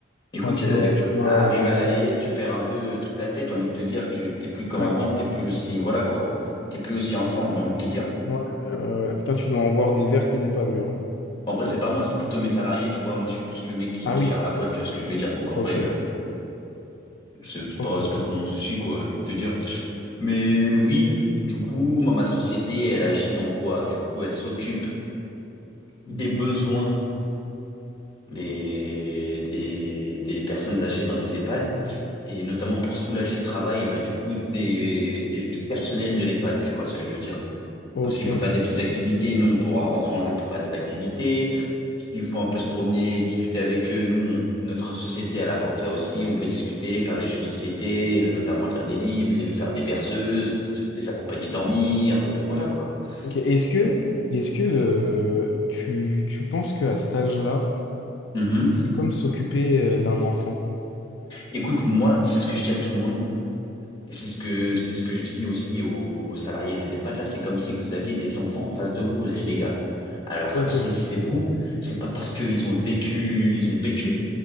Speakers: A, on the left; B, on the left.
A: putain,
B: Écoute,
A: tu
B: euh,
A: dois, tu dois
B: arrivé
A: en-
B: à
A: tu-
B: la vieillesse, tu perds un peu toute ta tête, j'ai envie de te dire. Tu, t'es plus comme
A: ouais,
B: avant, t'es plus aussi, voilà, quoi. T'es plus aussi en forme, j'ai envie de te dire.
A: ouais, euh, putain, tu dois en voir des vertes et des pas mûres. hein.
B: Bon, Après, c'est pas moi, c'est plutôt mes salariés, tu vois. Moi, je suis plus le mec qui,
A: Ah
B: qui
A: oui,
B: gère la boîte, tu vois ce que je veux dire. Donc,
A: ok,
B: en vrai, euh, c'est c'est
A: ok,
B: pas,
A: ok,
B: c'est pas trop mon souci, quoi, j'ai envie de te dire. Mais oui, du coup, moi, ma société, elle agit dans quoi? Du coup, elle s'occupe des besoins des, des, des personnes âgées dans les EHPAD et notamment pour soulager le travail, bah, du coup, des, des- du personnel de l'EHPAD, tu vois ce que je veux dire.
A: ok,
B: Donc, s'il faut faire des petites activités, nous, on pourra rentrer en jeu pour faire des activités. S'il faut un peu se promener, discuter avec eux, nous, on- notre société, elle apporte ça aussi. On peut discuter, faire des jeux de société, euh, notamment lire des livres, euh, faire des berceuses, les accompagner dormir, euh, voilà quoi.
A: ok. Est-ce que,
B: On-
A: est-ce que euh, tu, tu penses qu'à cet âge-là,
B: Mhm.
A: c'est comme s'occuper euh, d'un enfant?
B: Écoute, moi, c'est ce que je dis à tout le monde. Et c'est ce que, c'est ce que je dis aussi aux salariés des EHPAD. Là, c'est comme si vous aviez des enfants en face de vous, les, les gars. Alors,
A: Ok,
B: ressaisissez-vous. C'est pas parce qu'ils ont le vécu, ils ont vécu